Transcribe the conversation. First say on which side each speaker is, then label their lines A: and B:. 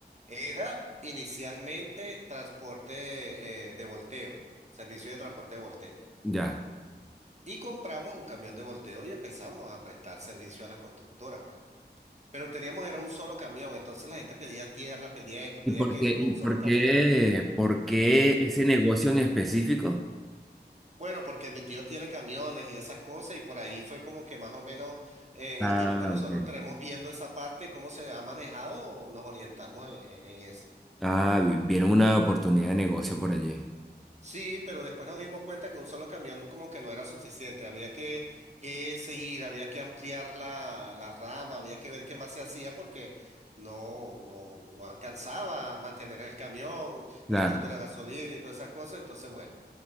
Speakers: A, on the right (about 40°); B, in the centre.
A: Era inicialmente transporte eh, de volteo, servicio de transporte de volteo.
B: Ya.
A: Y compramos un camión de volteo y empezamos a prestar servicio a las constructoras, pues. Pero teníamos, era un solo camión, entonces la gente pedía tierra, pedía esto, pedía
B: ¿Y por
A: aquello
B: qué,
A: y con
B: y
A: un solo
B: por
A: camión.
B: qué, por qué ese negocio en específico?
A: Bueno, porque mi tío tiene camiones y esas cosas y por ahí fue como que más o menos eh, en
B: Ah,
A: el tiempo que nosotros
B: ok.
A: tenemos viendo esa parte, cómo se ha manejado, nos orientamos en, en- en eso.
B: Ah, vi- vieron una oportunidad de negocio por allí.
A: Sí, pero después nos dimos cuenta que un solo camión como que no era suficiente, había que, que seguir, había que ampliar la, la rama, había que ver qué más se hacía porque no, no, no alcanzaba a mantener el camión,
B: Claro.
A: el costo de la gasolina y todas esas cosas, entonces bueno.